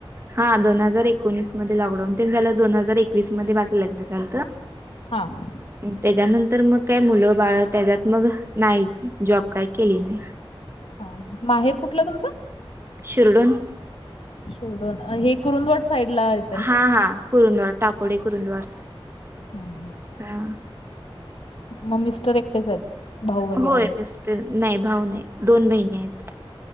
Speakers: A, on the right; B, on the left.
A: हा दोन हजार एकोणीस मध्ये लॉकडाऊन ते झाल दोन हजार एकवीस मध्ये माझं लग्न झालत.
B: हां
A: त्याच्यानंतर मग काय मुल बाळ त्याच्यात मग नाहीच जॉब काही केली नाही.
B: हा माहेर कुठल तुमच?
A: शिरडून.
B: शिरडून हे कुरुंदवाड साईडला <unintelligible>
A: हा हा कुरुंदवार टाकोडे कुरुंदवार
B: हम्म
A: हा.
B: मग मिस्टर एकटेच आहेत? भाऊ वगैरे
A: होय मिस्टर नाही भाऊ नाही दोन बहिणी आहेत.